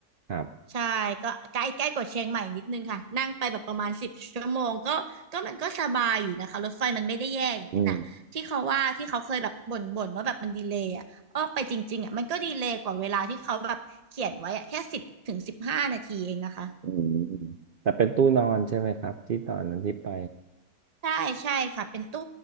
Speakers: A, on the right; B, on the right.
A: ครับ
B: ใช่ก็ใกล้ใกล้กว่าเชียงใหม่นิดนึงค่ะนั่งไปแบบประมาณสิบชั่วโมงก็ก็มันก็สบายอยู่นะคะรถไฟมันไม่ได้แย่อย่างนั้นอ่ะที่เขาว่าที่เขาเคยแบบบ่นบ่นว่าแบบมันดีเลย์อ่ะอ้อไปจริงๆอ่ะมันก็ดีเลย์กว่าเวลาที่เขาแบบเขียนไว้อ่ะแค่สิบถึงสิบห้านาทีเองนะคะ
A: อืมอืมอืมแต่เป็นตู้นอนใช่ไหมครับที่ตอนนั้นที่ไป
B: ใช่ใช่ค่ะเป็นตู้